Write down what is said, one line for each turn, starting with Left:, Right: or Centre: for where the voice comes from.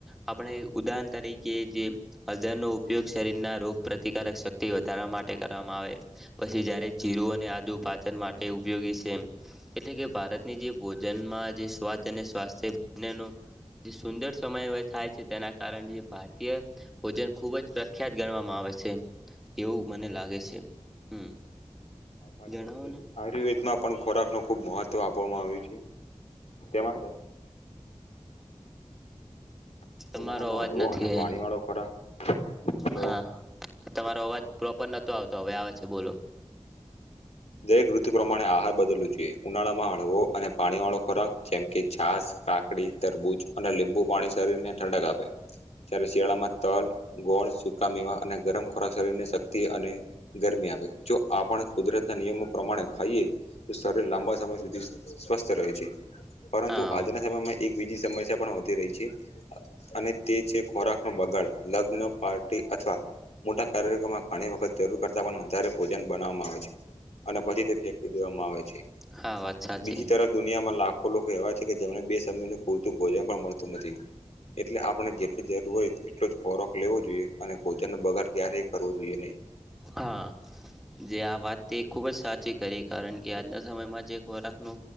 Centre: આપણે ઉદાહણ તરીકે જે હળદર નો ઉપયોગ શરીરના રોગ પ્રતિકારક શક્તિ વધારવા માટે કરવામાં આવે પછી જ્યારે જીરું અને આદુ તો પાચન માટે એ ઉપયોગી છે એમ એટલે કે ભારતની જે ભોજનમાં જે સ્વાદ અને સ્વાસ્થ્ય બનેનો, જે સુંદર સમય થાય છે તેના કારણે ભારતીય ભોજન ખુબ જ પ્રખ્યાત ગણવામાં આવે છે એવું મને લાગે છે. હમ
Left: હા સાચી
Centre: જણાવો
Left: વાત છે
Centre: ને
Left: આયુર્વેદ માં પણ ખોરાક ન ખુબ મહત્વ આપવામાં આવ્યું છે તેમાં કે
Centre: તમારો
Left: ઉનાળામાં
Centre: અવાજ
Left: હળવો
Centre: નથી
Left: અને પાણી
Centre: એ
Left: વાળો ખોરાક લો
Centre: હા તમારો અવાજ પ્રોપર નતો આવતો હવે આવે છે બોલો
Left: દરેક ઋતુ પ્રમાણે આહાર બદલવું જોઈએ ઉનાળામાં હળવો અને પાણી વાળો ખોરાક જેમ કે છાસ કાકડી તરબૂજ અને લીંબુ પાણી શરીર ને ઠંડક આપે જ્યારે શિયાળામાં તલ ગોળ સુકા મેવા અને ગરમ ખોરાક શરીર ની શક્તિ અને ગરમી આવે જો આપ કુદરતી ના નિયમો પ્રમાણે ખાઈએ તો શરીર લાંબા સમય સુધી સ્વસ્થ રહે છે પરંતુ
Centre: હા
Left: આજના સમયમાં એક બીજી સમસ્યા પણ વધતી રહી છે અને તે છે ખોરાક નો બગાડ લગ્ન પાર્ટી અથવા મોટા કાર્ય ઘણી વખત જરૂર કરતા પણ વધારે ભોજન બનાવામાં આવે છે અને પછી ફે દેવામાં આવે છે
Centre: હા વાત સાચી
Left: બીજી તરફ દુનિયામાં લાખો લોકો એવા છે કે જેમને બે સમય ન પૂરતું ભોજન પણ મળતું નથી એટલે આપણે જેટલી જરૂર હોય એટલો જ ખોરાક લેવો જોઈએ અને ભોજન ન બગડ ક્યારેય કરવો જોઈએ નહી
Centre: હા જે આ વાત છે ખુબ જ સાચી કરી કારણ કે આજના સમયમાં જ ખોરાકનો